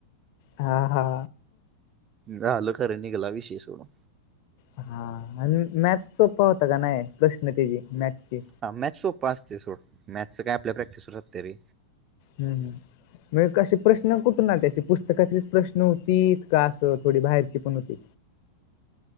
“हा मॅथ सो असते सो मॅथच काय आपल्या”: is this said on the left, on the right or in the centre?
Right